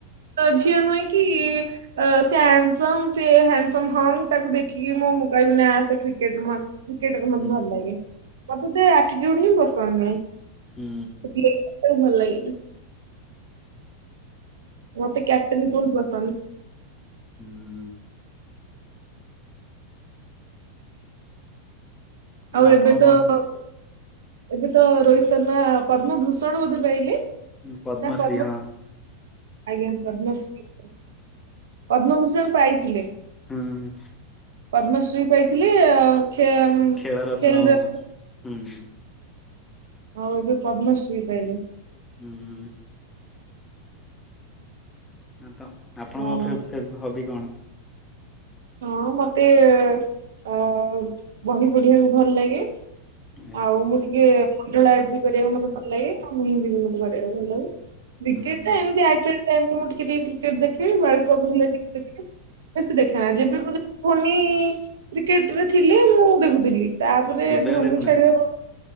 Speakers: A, on the right; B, on the left.
A: ତ ଝିଅ ନୁହେଁ କି ଅ ସେ ହାଣ୍ଡସମ୍ ସିଏ ହାଣ୍ଡସମ୍ ହଁ ତାକୁ ଦେଖିକି ମୁଁ ମୁଁ କହିବିି ନାଁ ସେ କ୍ରିକେଟ କ୍ରିକେଟ ବି ମତେ
B: ହୁଁ
A: ଭଲ ଲାଗେ ମତେ ତା ଆଟିଚ୍ୟୁଡ ହିଁ ପସନ୍ଦ ନୁହେଁ
B: ହୁଁ
A: ଯେ ତାକୁ ଭଲ ଲାଗେ। ମତେ କ୍ୟାପଟେନ୍ ଫୁଲ୍ ପସନ୍ଦ।
B: ହୁଁ।
A: ଆଉ
B: ଆପଣ
A: ଏବେ ତ
B: କଣ
A: ଏବେ ତ ରୋହିତ ଶର୍ମା ପଦ୍ମ ଭୂଷଣ ବୋଧେ ପାଇଲେ?
B: ପଦ୍ମଶ୍ରୀ
A: ନା ପଦ୍ମ,
B: ହଁ
A: ଆଜ୍ଞା ପଦ୍ମଶ୍ରୀ। ପଦ୍ମଭୂଷଣ ପାଇଥିଲେ।
B: ହୁଁ।
A: ପଦ୍ମଶ୍ରୀ ପାଇଥିଲେ ଖେ-ଖେଲରେ
B: ଖେଳରତ୍ନ ହୁଁ।
A: ଆଉ ଏବେ ପଦ୍ମଶ୍ରୀ ପାଇଲେ।
B: ହୁଁ। ହଁ ତ ଆପଣଙ୍କ
A: ହଁ
B: ଫେବ୍ ଫେବ୍ ହବି କଣ?
A: ହଁ ମତେ ଅଁ ବହି ପଢିବାକୁ ଭଲ ଲାଗେ।
B: ଏ
A: ଆଉ ମୁଁ ଟିକେ <unintelligible> କରିବାକୁ ମୋତେ ଭଲ ଲାଗେ ଆଉ ମେହେନ୍ଦୀ ବି ମତେ କରିବାକୁ ଭଲ ଲାଗେ କ୍ରିକେଟ
B: ହୁଁ
A: ଟା ଏମିତି ଆଇ ପି ଏଲ୍ ଟାଇମ୍ କୁ ମୁଁ ଟିକେ ଟିକେ କ୍ରିକେଟ ଦେଖେଇ ୱାର୍ଲଡ କପ୍ ହେଲେ ଟିକେ ଦେଖେ। ବେଶୀ ଯେବେ ଠାରୁ ଧ୍ଵନି କ୍ରିକେଟରେ ଥିଲେ ମୁଁ ଦେଖୁଥିଲି। ତାପରେ
B: ଏବେ
A: ଧ୍ଵନି
B: ଆଉ ଦେଖୁନାହାନ୍ତି
A: ଛାଡିବାକୁ